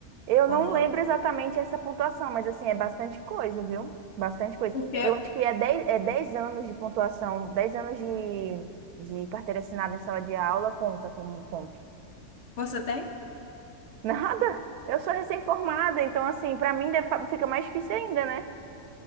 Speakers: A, on the right; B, on the left.
A: Eu
B: como
A: não lembro exatamente essa pontuação, mas assim, é bastante coisa, viu? Bastante coisa.
B: porque
A: Eu acho que é dez é 10 anos de pontuação, 10 anos de, de carteira assinada em sala de aula conta como ponto.
B: você tem,
A: Nada. Eu sou recém-formada, então, assim, para mim deve- fa- fica mais difícil ainda, né?